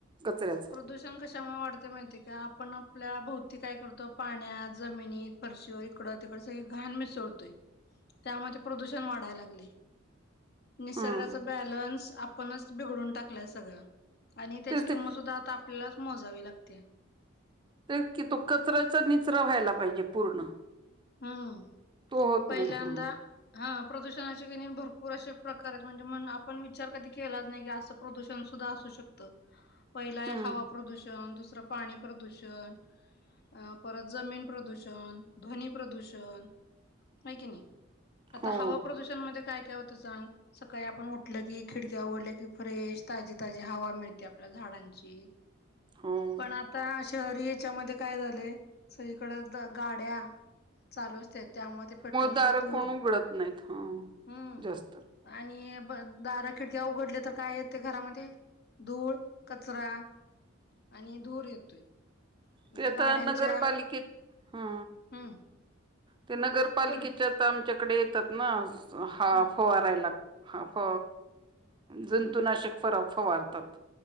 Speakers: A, on the right (about 25°); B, on the left (about 50°).
A: कचऱ्याचा
B: प्रदूषण कशामुळे वाढते माहिती का आपण आपल्या भोवती काय करतो? तो पाण्यात जमिनीत फरशीवर इकड तिकड सगळी घाण मिसळतोय. त्यामध्ये प्रदूषण वाढायला लागले. निसर्गाचा
A: हम्म
B: बॅलन्स आपणच बिघडून टाकलाय सगळं आणि त्याची
A: तेच
B: किंमत
A: ते
B: त आपल्यालाच मोजावे लागत्या
A: तेच की तो कचऱ्याचा निचरा व्हायला पाहिजे पूर्ण
B: हम्म
A: तो होत
B: पहिल्यांदा
A: नाही हा
B: हा प्रदूषणाचे क नई भरपूर असे प्रकार आहेत म्हणजे म आपण विचार कधी केलाच नाही की असं प्रदूषण सुद्धा अस सू शकतं पहिला
A: हम्म
B: हवा प्रदूषण दुस रं पाणी प्रदुषण परत जमीन प्रदुषण ध्वनि प्र प्रदूषण आहे की नाही आता
A: हो
B: हवा प्रदूषण मध्ये काय येतं होत सांग सकाळी आपण उठल की खिडक्या उघडल्या की फ्रेश ताजी ताजी हवा मिळते आपल्याला झाड डांची
A: हो
B: पण आता शहरी याच्यामध्ये काय झालंय सगळीकडे गाड्या चालू असत्यात. त्यामुळे ते पेट्रोलचा
A: दार
B: धूर
A: कोण उघडत नाहीत हा
B: हम्
A: जास्त
B: आणि दारं खिडक्या उघडले तर काय येते घरामध्ये धूळ कचरा आणि धूर येतोय
A: ते
B: त्या
A: आता
B: गाड्यांच्या
A: नगरपालिकेत हा
B: हम्म
A: ते नगरपालिकेच्या
B: बोल
A: तर आमच्याकडे येतात ना हा
B: हम्म
A: फवारायला हा फ जंतुनाशक फर फवारतात